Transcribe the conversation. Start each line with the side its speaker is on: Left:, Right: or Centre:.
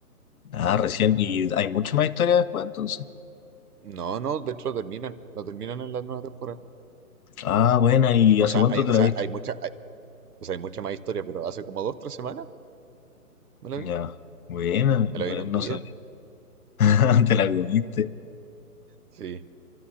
Left: Ah, recién, y hay mucha más historia después entonces.
Right: No, no, de hecho lo terminan, lo terminan en la nueva temporada.
Left: Ah, buena, ¿y
Right: O
Left: hace
Right: sea,
Left: cuánto
Right: hay, o
Left: te la
Right: sea,
Left: viste?
Right: hay mucha, hay- o sea, hay mucha más historia, pero hace como dos, tres semanas me la
Left: Ya,
Right: vi.
Left: buena, no,
Right: Me la vi en un
Left: no
Right: día.
Left: sabía. <laughs> Te la comiste.
Right: Sí.